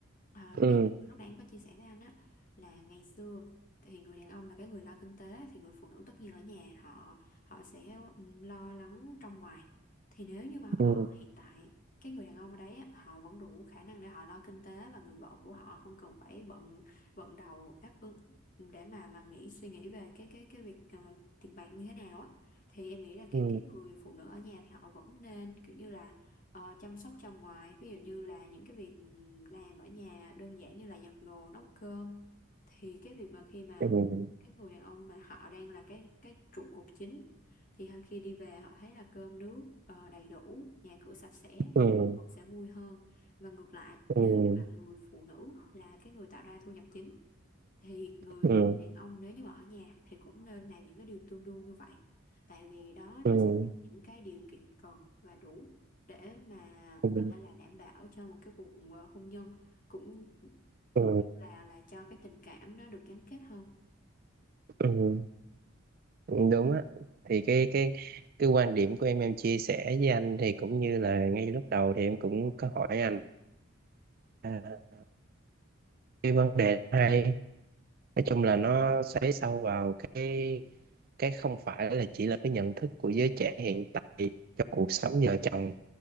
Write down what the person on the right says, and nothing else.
ừ
ừ
ừ
ừ, ừ.
ừ.
ừ
ừ
ừ
ừ
ừ
ừ ừ, đúng á thì cái cái cái quan điểm của em em chia sẻ với anh thì cũng như là ngay lúc đầu thì em cũng có hỏi anh à, cái vấn đề hay nói chung là nó xoáy sâu vào cái cái không phải là chỉ là cái nhận thức của giới trẻ hiện tại cho cuộc sống vợ chồng